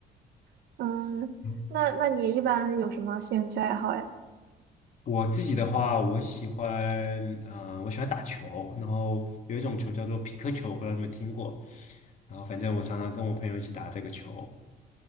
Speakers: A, on the right; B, on the left.
A: <laughs> 嗯，
B: 嗯
A: 那那你一般有什么兴趣爱好呀？
B: 我自己的话，我喜欢，呃，我喜欢打球，然后有一种球叫做匹克球，不知道你们听过。然后反正我常常跟我朋友一起打这个球。